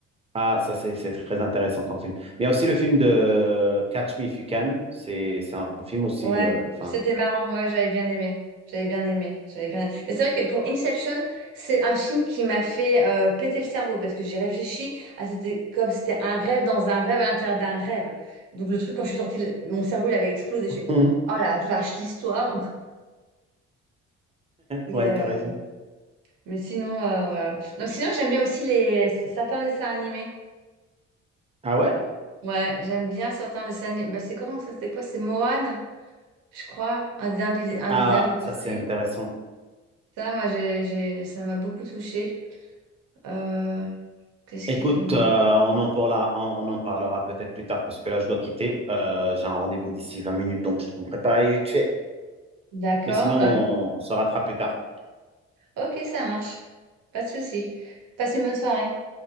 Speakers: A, on the right; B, on the right.
A: Ah, ça, c'est c'est très intéressant comme film. Mais il y a aussi le film de Catch Me If You Can. C'est c'est un film aussi.
B: Ouais,
A: euh, Enfin,
B: c'était marrant. Ouais, j'avais bien aimé. J'avais bien aimé. J'avais bien. Mais c'est vrai que pour Inception, c'est un film qui m'a fait euh, péter le cerveau parce que j'ai réfléchi à c'était comme c'était un rêve dans un rêve à l'intérieur d'un rêve. Donc le truc quand je suis sortie, le- mon cerveau il avait explosé. Je
A: <laughs>
B: fais oh la vache l'histoire. <laughs> Mais
A: ouais,
B: euh,
A: t'as raison.
B: mais sinon euh, voilà. Non, sinon j'aime bien aussi les certains dessins animés.
A: Ah ouais?
B: Ouais, j'aime bien certains dessins animés. Bah, c'est comment ça? C'était quoi? C'est Moana, je crois, un des derniers un
A: Ah,
B: des derniers Disney.
A: ça, c'est intéressant.
B: Ça, moi, j'ai, j'ai, ça m'a beaucoup touchée. Euh, qu'est-ce
A: Écoute,
B: qu'il y a comme...
A: euh, on en parlera, on on en parlera peut-être plus tard parce que là, je dois quitter. Euh, j'ai un rendez-vous d'ici 20 minutes, donc je te prépare vite fait.
B: D'accord.
A: Mais sinon,
B: euh,
A: on se rattrape plus tard.
B: ok, ça marche. Pas de souci. Passe une bonne soirée.